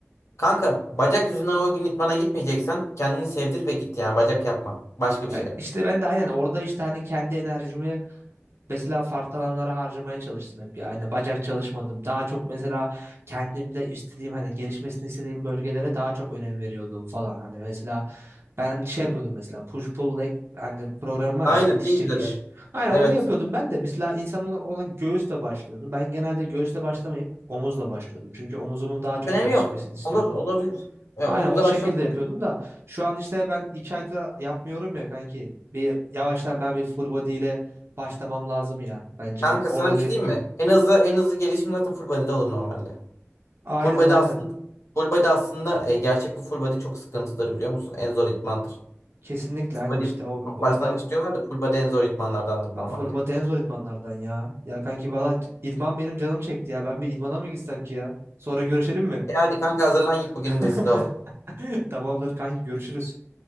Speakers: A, on the left (about 80°); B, on the right (about 60°).
A: kanka bacak yüzünden o gün idmana gitmeyeceksen kendini sevdir ve git yani bacak yapma. Başka bir
B: Ya
A: şey yap.
B: İşte ben de aynen orada işte hani kendi enerjimi mesela farklı alanlara harcamaya çalıştım hep ya. Hani bacak çalışmadım. Daha çok mesela kendimde istediğim hani gelişmesini istediğim bölgelere daha çok önem veriyordum falan. Hani mesela ben şey yapıyordum mesela push pull leg hani program var
A: Aynen
B: ya işte itiş
A: en
B: çekiş.
A: güzeli.
B: Aynen
A: Evet.
B: onu yapıyordum ben de. Mesela insanlar ona göğüsle başlıyordu. Ben genelde göğüsle başlamayıp omuzla başlıyordum. Çünkü omuzumun daha çok
A: Önemi
B: gelişmesini
A: yok.
B: istiyordum.
A: Olur, olabilir. E,
B: Aynen
A: omuzla
B: o şekilde
A: başlamak.
B: yapıyordum da şu an işte ben iki aydır yapmıyorum ya kanki. Bir yavaştan ben bir full body ile başlamam lazım ya bence.
A: Kanka
B: Orada
A: sana bir
B: bir
A: şey diyeyim mi? En hızlı en hızlı gelişim zaten full body'de olur normalde.
B: aynen
A: Full body
B: aynen.
A: aslında full body aslında e, gerçek bir full body çok sıkıntıdır biliyor musun? En zor idmandır.
B: Kesinlikle
A: Full
B: aynen
A: body
B: işte o
A: başlangıç
B: orada
A: diyorlar da full body en zor idmanlardandır normalde.
B: ya full body en zor idmanlardan ya. Ya kanki valla c- idman benim canım çekti ya. Ben bir idmana mı gitsem ki ya? Sonra görüşelim mi?
A: E hadi kanka hazırlan git bugün
B: <laughs>
A: vesile olsun.
B: Tamamdır kanki görüşürüz.